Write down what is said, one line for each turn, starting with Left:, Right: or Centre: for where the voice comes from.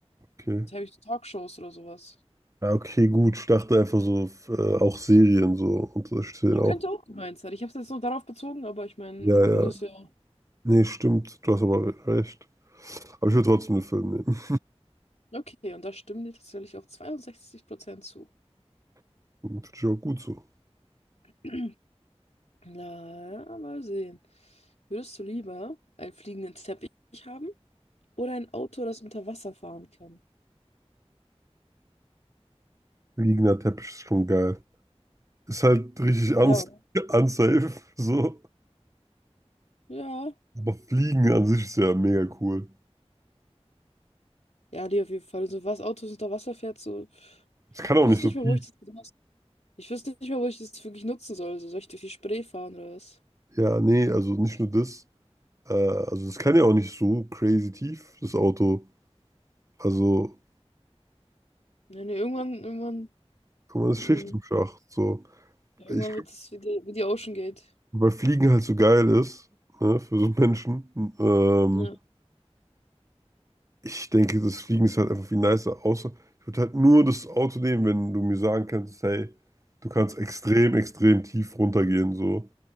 Right: Okay.
Left: jetzt habe ich so Talkshows oder sowas.
Right: Ja, okay, gut. Ich dachte einfach so, äh, auch Serien so und das stehen
Left: Ihr
Right: auch.
Left: könnt auch gemeint sein. Ich habe es jetzt nur darauf bezogen, aber ich meine,
Right: Ja,
Left: wir können
Right: ja.
Left: es ja.
Right: Nee, stimmt. Du hast aber recht. Aber ich würde trotzdem den Film nehmen.
Left: Okay, und da stimmen dir tatsächlich auch 62% zu.
Right: <laughs> Finde ich auch gut so.
Left: <clears throat> Na, mal sehen. Würdest du lieber einen fliegenden Teppich haben oder ein Auto, das unter Wasser fahren kann?
Right: Liegender Teppich ist schon geil. Ist halt richtig uns
Left: Ja, oder?
Right: <laughs> unsafe, so.
Left: Ja.
Right: Aber Fliegen an sich ist ja mega cool.
Left: Ja, die auf jeden Fall. So was Autos unter Wasser fährt, so.
Right: Es kann auch
Left: Ich
Right: nicht
Left: wüsste
Right: so
Left: nicht
Right: tief.
Left: mal, wo ich das besonders. Ich wüsste nicht mal, wo ich das wirklich nutzen soll. So, soll ich durch die Spree fahren oder was?
Right: Ja, nee, also nicht
Left: So.
Right: nur das. Äh, also es kann ja auch nicht so crazy tief, das Auto. Also
Left: Nee, nee, irgendwann, irgendwann,
Right: kann man das
Left: mh,
Right: Schicht im Schacht. So.
Left: irgendwann
Right: Ich,
Left: wird es wie die, wie die Ocean Gate.
Right: weil Fliegen halt so geil ist, ne, für so einen Menschen. Ähm,
Left: Ja.
Right: ich denke, das Fliegen ist halt einfach viel nicer. Außer ich würde halt nur das Auto nehmen, wenn du mir sagen kannst, hey, du kannst extrem, extrem tief runtergehen, so.